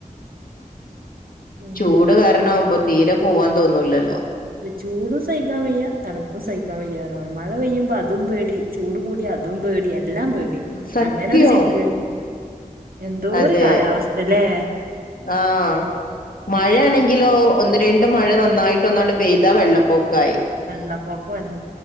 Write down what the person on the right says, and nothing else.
പിന്നെ
ചൂടും സഹിക്കാൻ വയ്യ തണുപ്പും സഹിക്കാൻ പയ്യാ മഴ പെയ്യുമ്പോ അതും പേടി ചൂട് കൂടിയ അതും പേടി എല്ലാം പേടി
അങ്ങനെരു സിറ്റ എന്തോ
ഒരു കാലാവസ്ഥല്ലേ
വെള്ള പോക്കന്നെ